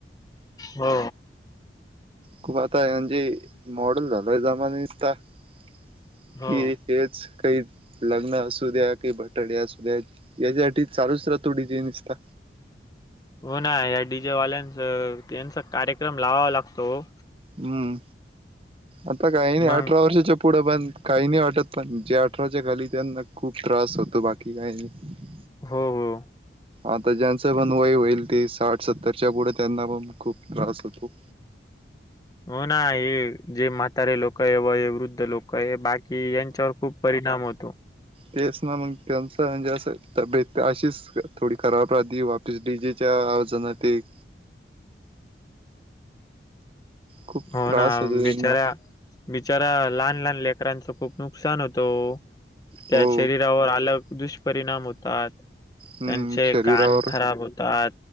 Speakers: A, on the left; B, on the right.
A: हो.
B: खूप आता म्हणजे मॉडेल झालायं जमाना नुसता कि.
A: हो
B: हेचं काही लग्न असू द्या काही बटडे असू द्या. यासाठी चालूचं राहतो डीजे निस्ता.
A: हो ना या डीजेवाल्यांच त्यांचा कार्यक्रम लावावा लागतो हो.
B: हम्म आता काही नाही
A: मग
B: अठरा वर्षाच्या. पुढं पण काही नाही वाटत पण जे अठराच्या खाली त्यांना खूप त्रास होतो बाकी काही नाही.
A: हो हो.
B: आता ज्यांचं पण वय होईल ते साठ सत्तरच्या पुढे त्यांना पण खूप त्रास होतो
A: हो ना हे जे म्हातारे लोक आहे व वृद्ध लोक का बाकी यांच्यावर खूप परिणाम होतो.
B: तेचं ना मग त्यांच म्हणजे असं तब्येत अशीच थोडी खराब राह वा डीजेच्या आवाजनात एक
A: <unintelligible>
B: खूप
A: हो
B: त्रास
A: ना
B: होतो
A: बिचारा
B: त्यांना,
A: बिचारा लहान - लहान लेकरांचं खूप नुकसान होतं ओ, त्या
B: हो
A: शरीरावर अलग दुष्परिणाम होतात,
B: हम्म
A: त्यांचे
B: शरीरावर
A: कान खराब होतात,